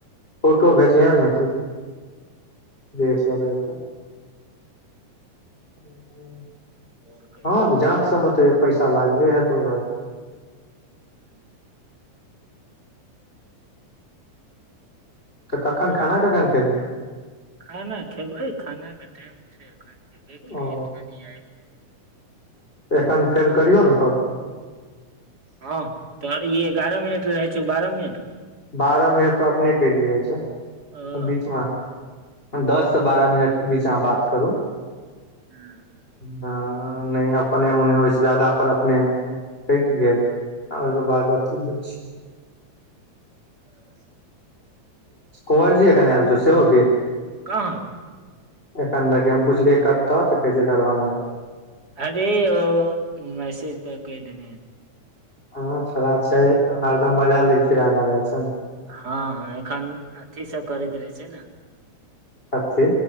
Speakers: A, on the left (about 15°); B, on the right (about 30°).
A: फोटो भेजिहे। ने छी--देख लेबै तऽ <inaudible>
B: आओर कहियौ
A: हँ त जाँच सभमे त पैसा लागले हेतौ भाय
B: हुँ
A: तऽ कखन
B: आओर
A: खाना कखन खेबै
B: खाना खेबैय खानाक टाइम छैय अखैन खेबे केलियै
A: ओ
B: तऽ कनि आय
A: एखन फेर करियौ ने काॅल।
B: ह तोहर ई एगारह मिनट रहैय छौ बारह मिनट
A: बारह मिनट पर अपने कटि जाइ छैय
B: ओह
A: बीच मे दस से बारह मिनट बीचा बात करू।
B: हूँ।
A: ह नहि अपने मोने ओहिस जादा पर अपने हटि गेल आ ओहिके बाद अथी होइ छै
B: <inaudible>
A: कुवँरजी एखन एल छो सेओ गे
B: कान।
A: एखन देखी हम पुछलियै कत तऽ कहे छैय दरभंगा
B: आरे ओ मैसेज पर कहि देने
A: हँ छोड़ा छै हरदम मजा लैक फिराक मे रहै छैन
B: हँ हँ एखन अथी सभ करैत रहैय छैय ने
A: कथी